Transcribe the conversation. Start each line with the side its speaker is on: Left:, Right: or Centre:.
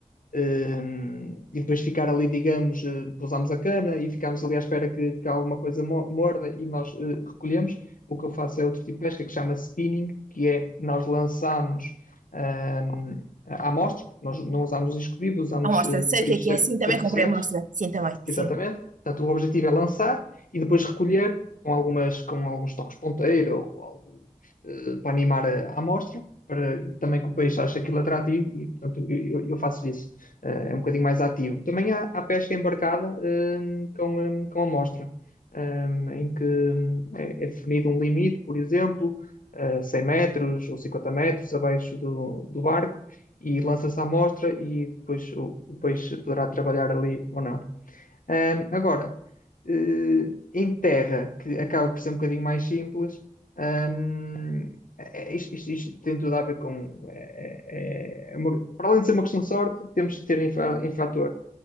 Left: ah, e depois ficar ali, digamos, ah, pousamos a cana e ficamos ali à espera que, que alguma coisa mo- morda e nós ah, recolhemos. O que eu faço é outro tipo de pesca que chama spinning, que é nós lançamos ah, amostras, porque nós não usamos isco vivo, usamos
Right: Amostra.
Left: ah,
Right: Sei
Left: peixes
Right: o que é que é. Sim, também
Left: artificiais
Right: comprei amostra. Sim, também.
Left: Exatamente.
Right: Sim.
Left: Portanto, o objetivo é lançar e depois recolher com algumas, com alguns toques ponteira ou algo eh, para animar a, a amostra, para também que o peixe ache aquilo atrativo e, portanto, eu, eu- faço isso. Eh, é um bocadinho mais ativo. Também há, há pesca embarcada eh, com, eh, com amostra, eh, em que hum, é, é definido um limite, por exemplo, eh, 100 metros ou 50 metros abaixo do, do barco. E lança-se a amostra e depois o, o peixe poderá trabalhar ali ou não. Ahm, agora, eh, em terra, que acaba por ser um bocadinho mais simples, ahm, é- é- isto, isto- isto tem tudo a ver com. é- é- é uma- para além de ser uma questão de sorte, temos de ter em, fa- em fator